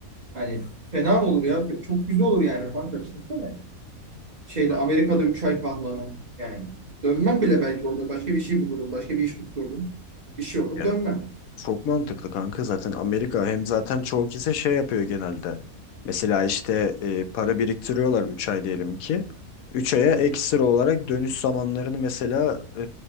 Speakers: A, on the right; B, on the left.
A: Hani fena mı olur ya? Çok güzel olur yani kanka. Düşünsene. Şeyde Amerika'da 3 ay kalmanı yani. Dönmem bile belki orada. Başka bir şey bulurum. Başka bir iş tuttururum. Bir şey olur
B: Ya
A: dönmem.
B: çok mantıklı kanka zaten Amerika hem zaten çoğu kişi şey yapıyor genelde. Mesela işte e, para biriktiriyorlar 3 ay diyelim ki. üç aya
A: hı hı.
B: ekstra olarak dönüş zamanlarını mesela e,